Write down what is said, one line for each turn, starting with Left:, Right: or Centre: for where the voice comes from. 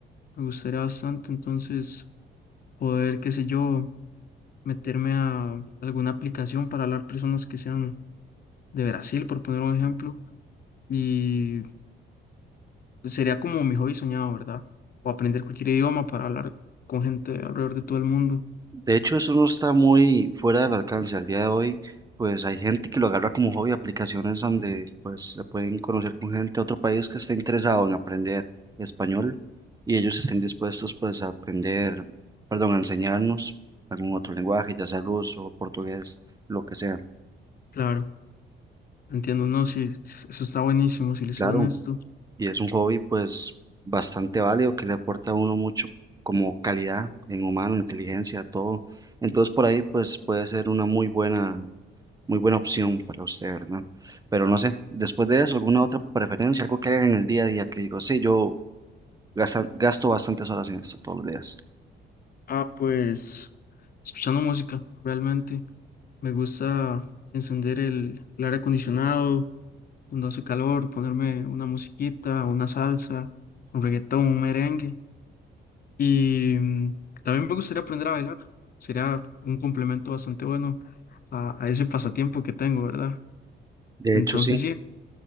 Left: Me gustaría bastante entonces poder, qué sé yo, meterme a alguna aplicación para hablar personas que sean de Brasil, por poner un ejemplo. Y sería como mi hobby soñado, ¿verdad? O aprender cualquier idioma para hablar con gente alrededor de todo el mundo.
Right: De hecho, eso no está muy fuera del alcance. Al día de hoy, pues hay gente que lo agarra como hobby, aplicaciones donde pues se pueden conocer con gente de otro país que esté interesado en aprender español y ellos estén dispuestos pues a aprender, perdón, a enseñarnos algún otro lenguaje, ya sea ruso, portugués, lo que sea.
Left: Claro, entiendo, no, sí, s- eso está buenísimo, si le soy
Right: Claro,
Left: honesto.
Right: y es un hobby pues bastante válido que le aporta a uno mucho como calidad en humano, inteligencia, todo. Entonces por ahí pues puede ser una muy buena Muy buena opción para usted, ¿verdad? Pero no sé, después de eso, ¿alguna otra preferencia? Algo que haga en el día a día que digo, sí, yo gasta- gasto bastantes horas en esto todos los días.
Left: Ah, pues escuchando música, realmente. Me gusta encender el, el aire acondicionado cuando hace calor, ponerme una musiquita, una salsa, un reggaetón, un merengue. Y mm, también me gustaría aprender a bailar. Sería un complemento bastante bueno a, a ese pasatiempo que tengo, ¿verdad?
Right: De
Left: Entonces
Right: hecho, sí,
Left: sí,